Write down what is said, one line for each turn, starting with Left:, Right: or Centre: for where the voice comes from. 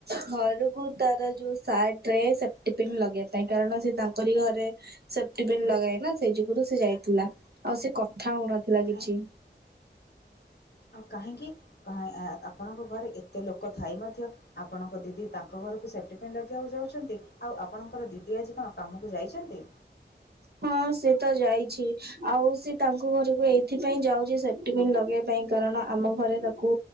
Right: ଘରକୁ ତାର ଯୋଉ ସାର୍ଟ ସେଫ୍ଟି ପନ୍ ଲଗେଇବା ପାଇଁ କାରଣ ସେ ତାଙ୍କରି ଘରେ ସେପ୍ଟି ପିନ୍ ଲଗାଏନା ସେଇ ଯୁଗରୁ ସେ ଯାଇଥିଲା ଆଉ ସେ କଥା ହଉନଥିଲା
Left: କାହିଁ
Right: କିଛି
Left: ଆଉ କାହିଁକି ଆପଣଙ୍କ ଘରେ ଏତେ ଲୋକ ଥାଇ ମଧ୍ୟ ଆପଣଙ୍କ ଦିଦି ତାଙ୍କ ଘରକୁ ସେପ୍ ଟି ପିନ୍ ଲଗେଇବାକୁ ଯାଉଛନ୍ତି। ଆଉ ଆପଣଙ୍କର ଦିଦି ଆଜି କଣ କାମକୁ ଯାଇଛନ୍ତି।
Right: ହଁ ସେ ତ ଯାଇଛି ଆଉ ସେ ତାଙ୍କ ଘରକୁ ଏଇଥିପାଇଁ ଯାଉଛି ସେଫ୍ଟି ବିନ୍ ଲଗେଇବା ପାଇଁ କାରଣ ଆମ ଘରେ ତାକୁ